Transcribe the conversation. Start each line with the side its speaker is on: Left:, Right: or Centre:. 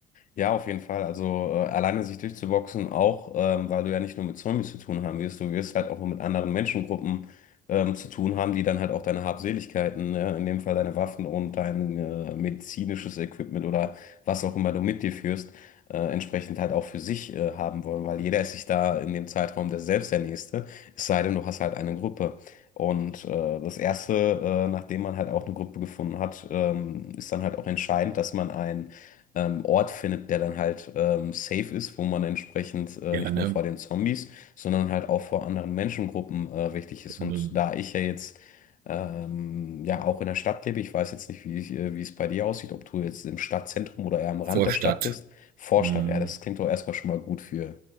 Left: Ja, auf jeden Fall. Also äh, alleine sich durchzuboxen auch, ähm, weil du ja nicht nur mit Zombies zu tun haben wirst, du wirst halt auch mit anderen Menschengruppen ähm, zu tun haben, die dann halt auch deine Habseligkeiten, ja, in dem Fall deine Waffen und dein äh, medizinisches Equipment oder was auch immer du mit dir führst, äh, entsprechend halt auch für sich äh, haben wollen, weil jeder ist sich da in dem Zeitraum der selbst der Nächste, es sei denn, du hast halt eine Gruppe. Und äh, das Erste, äh, nachdem man halt auch eine Gruppe gefunden hat, ähm, ist dann halt auch entscheidend, dass man ein ähm, Ort findet, der dann halt ähm, safe ist, wo man entsprechend äh,
Right: Ja,
Left: nicht
Right: ne?
Left: nur vor den Zombies, sondern halt auch vor anderen Menschengruppen äh, wichtig ist.
Right: Eine
Left: Und da ich ja jetzt ähm, ja auch in der Stadt lebe, ich weiß jetzt nicht, wie, ich, äh, wie es bei dir aussieht, ob du jetzt im Stadtzentrum oder eher am Rand
Right: Vorstadt.
Left: der Stadt bist. Vorstadt,
Right: Hm.
Left: ja, das klingt doch erstmal schon mal gut für